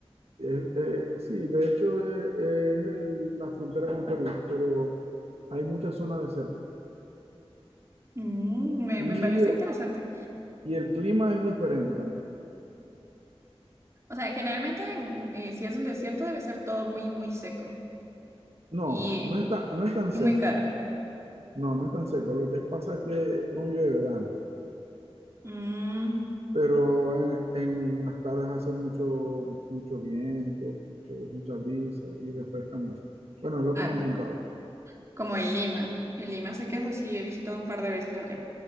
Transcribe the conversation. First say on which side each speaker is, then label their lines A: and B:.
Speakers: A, on the right (about 70°); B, on the right (about 25°).
A: eh, eh, sí, de hecho es, es el- la frontera con Perú, pero hay muchas zonas desérticas.
B: Mm, me,
A: Y,
B: me parece interesante.
A: y el clima es diferente también.
B: O sea, generalmente en- eh, si es un desierto debe ser todo muy, muy seco
A: No,
B: y,
A: no está, no es tan
B: y
A: seco.
B: muy caro.
A: No, no es tan seco. Lo que pasa es que no llueve tanto,
B: Mm,
A: pero en, en las tardes hace mucho, mucho viento, mucho- mucha brisa y refresca mucho. Bueno, es lo
B: ah,
A: que me han contado.
B: como en Lima. En Lima sé que es así, he visitado un par de veces allá.